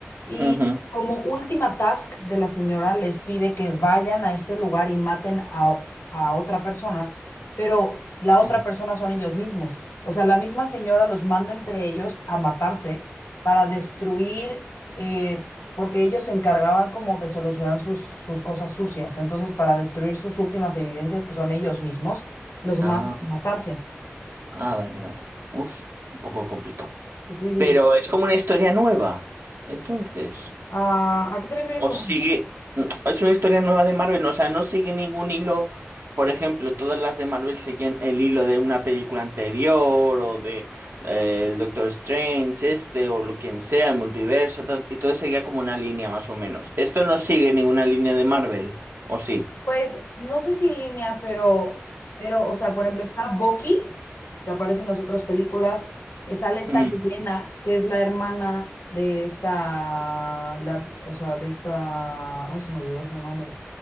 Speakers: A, on the left; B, on the right.
A: y
B: Ujú.
A: como última task de la señora les pide que vayan a este lugar y maten a, a otra persona pero la otra
B: Sí.
A: persona son ellos mismos. O sea, la misma señora los manda entre ellos a matarse para destruir, eh, porque ellos se encargaban como de solucionar sus, sus cosas sucias. Entonces, para destruir sus últimas evidencias, que son ellos mismos, los
B: Ah,
A: manda a matarse.
B: ah, vale, vale. Uy, un poco complicado.
A: Sí, sí,
B: Pero
A: sí.
B: es como una historia nueva, entonces.
A: Ah, ¿a qué te refieres
B: O
A: con...
B: sigue, es una historia nueva de Marvel, ¿no? o sea, no sigue ningún hilo, por ejemplo, todas las de Marvel siguen el hilo de una película anterior o de eh, el Doctor Strange, este o lo quien sea, el multiverso, tal, y todo seguía como una línea más o menos. Esto no sigue ninguna línea de Marvel, ¿o sí?
A: Pues no sé si línea, pero, pero, o sea, por ejemplo, está Bucky, que aparece en las otras películas, eh, sale esta
B: Mm,
A: Yelena, que es la hermana de esta, la, o sea, de esta, ay, se me olvidó su nombre,